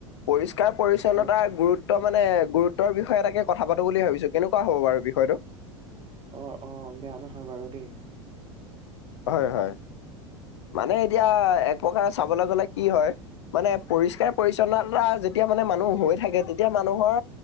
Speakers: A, on the left; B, on the right.
A: পৰিষ্কাৰ পৰিচ্ছন্নতা
B: হয়।
A: গুৰুত্ব গুৰুত্ব মানে গুৰুত্বৰ বিষয় এটাকে কথা পাতোঁ বুলি ভাবিছোঁ। কেনেকুৱা হ'ব বাৰু বিষয়টো?
B: অহ', অহ'। বেয়া নহয় বাৰু দেই।
A: হয়, হয়্ মানে এতিয়া এক প্ৰকাৰে চাবলৈ গ'লে কি হয়। মানে পৰিষ্কাৰ পৰিচ্ছন্নতা যেতিয়া মানে মানুহ হৈ থাকে, তেতিয়া মানুহৰ